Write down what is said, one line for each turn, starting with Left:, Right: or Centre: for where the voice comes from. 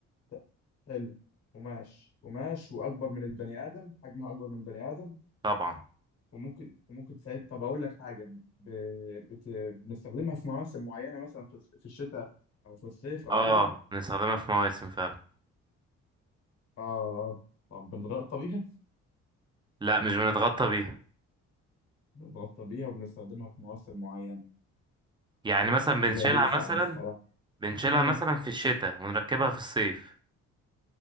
Left: ت- حلو قماش قماش واكبر من البني ادم حجمها اكبر من البني ادم
Right: طبعا
Left: وممكن وممكن تساعد طب اقول لك حاجه ب... بت... بنستخدمها في مواسم معينه مثلا في, الص- في الشتاء او في الصيف او
Right: اه
Left: كده
Right: بنستخدمها في مواسم فعلا
Left: اه طب بنتغطى بيها
Right: لا مش بنتغطى بيها
Left: بنتغطى بيها وبنستخدمها في مواسم معينه
Right: يعني مثلا بنشيلها
Left: الموضوع بقى صعب
Right: مثلا
Left: الصراحه
Right: بنشيلها
Left: إمم.
Right: مثلا في الشتاء ونركبها في الصيف